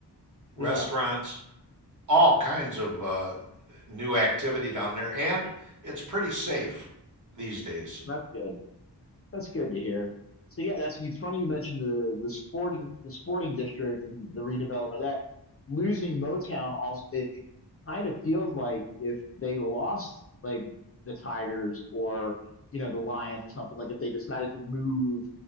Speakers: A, on the right; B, on the left.
A: restaurants
B: Yeah,
A: all kinds of uh, new activity down there, and it's pretty safe these days.
B: that's good. That's good to hear. So yeah, that's it's funny you mentioned the the sporting the sporting district and the redevelopment of that. Losing Motown also it, it kind of feels like if they lost like the Tigers or you know the Lions or something like if they decided to move